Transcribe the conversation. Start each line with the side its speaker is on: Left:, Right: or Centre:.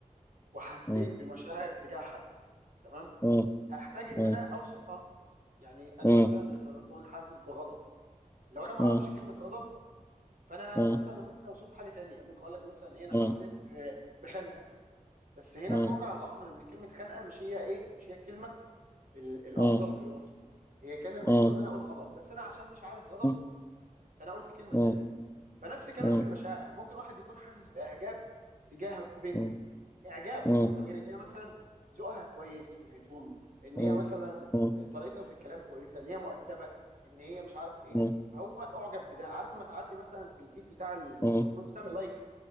Right: وحسيت
Left: مم.
Right: بمشاعر تجاه حد تمام
Left: مم.
Right: هحتاج ان
Left: مم.
Right: انا اوصفها يعني انا
Left: مم.
Right: مثلا لما بكون حاسس بغضب لو انا ما
Left: مم.
Right: اعرفش كلمه غضب فانا
Left: مم.
Right: مثلا ممكن اوصفه بحاجه تانية ممكن اقول لك مثلا ايه انا
Left: مم.
Right: حسيت ب... بخنقه بس هنا
Left: مم.
Right: في واقع الامر ان كلمه خنقه مش هي ايه مش هي الكلمه ال... الافضل
Left: مم.
Right: في الوصف هي كان المفروض
Left: مم.
Right: ان انا اقول غضب بس انا عشان مش عارف غضب
Left: مم.
Right: فانا قلت كلمه
Left: مم.
Right: تانية فنفس الكلام
Left: مم.
Right: في المشاعر ممكن واحد يكون حاسس باعجاب تجاه بنت
Left: مم. مم.
Right: اعجاب
Left: مم.
Right: فقط لا غير ان هي مثلا ذوقها كويس في الهدوم ان
Left: مم.
Right: هي مثلا
Left: مم.
Right: طريقتها في الكلام كويسه ان هي مؤدبه ان هي مش عارف ايه
Left: مم.
Right: فهو اعجب بده عارف لما تعدي مثلا في الفيد بتاع الفيسبوك
Left: مم.
Right: بس بتعمل لايك